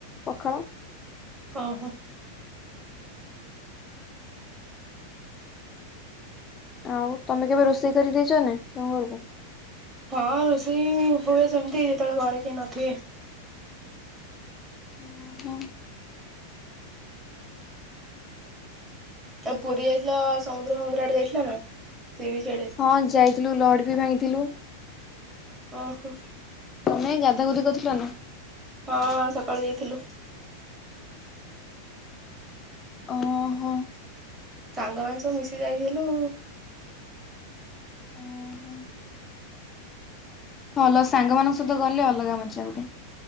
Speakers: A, on the left; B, on the right.
A: ପଖାଳ।
B: ଓହୋ।
A: ଆଉ ତମେ କେବେ ରୋଷେଇ କରିଦେଇଛ କି ନାଇଁ ତମ ଘରକୁ?
B: ହଁ ରୋଷେଇ ହୁଏ ସେମତି ଯେତେବେଳେ ଘରେ କେହି ନଥିବେ।
A: ଓ ହୋ
B: ଆଉ ପୁରୀ ଯାଇଥିଲ ସମୁଦ୍ର ସମୁଦ୍ର ଆଡେ ଯାଇଥିଲା ନା। ସି ବିଚ୍ ଆଡେ
A: ହଁ ଯାଇଥିଲୁ ଲହଡିବି ଭାଙ୍ଗିଥିଲୁ।
B: ଓହୋ
A: କ ନାଇଁ ଗାଧାଗୁଧି କରିଥିଲ ନା।
B: ହଁ ସକାଳୁ ଯାଇଥିଲୁ।
A: ଓ ହୋ
B: ସାଙ୍ଗମାନେ ସବୁ ମିଶିକି ଯାଇଥିଲୁ।
A: ଓ ହୋ ଭଲ ସାଙ୍ଗମାନଙ୍କ ସହିତ ଗଲେ ଅଲଗା ମଜା ଗୋଟେ।